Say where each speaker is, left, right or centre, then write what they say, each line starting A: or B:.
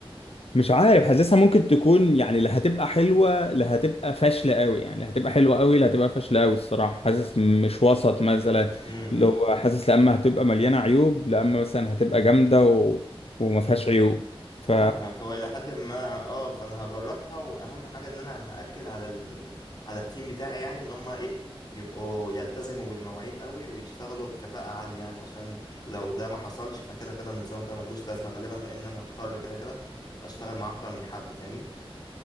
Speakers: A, on the left; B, on the left.
A: مش عارف حاسسها ممكن تكون يعني لا هتبقى حلوة لا هتبقى فاشلة قوي يعني لا هتبقى حلوة قوي لا هتبقى فاشلة قوي الصراحة حاسس مش وسط مثلا
B: امم
A: لو حاسس لا اما هتبقى مليانة عيوب لا اما مثلا هتبقى جامدة و... وما فيهاش عيوب ف
B: فاهمك هو الى حد ما اه فانا هجربها واهم حاجة ان انا هأكد على ال... على التيم بتاعي يعني ان هم ايه يبقوا يلتزموا بالمواعيد قوي ويشتغلوا بكفاءة عالية يعني عشان لو ده ما حصلش فكده كده النظام ده ملهوش لازمة غالبا لان انا هضطر كده كده اشتغل مع اكتر من حد فاهمني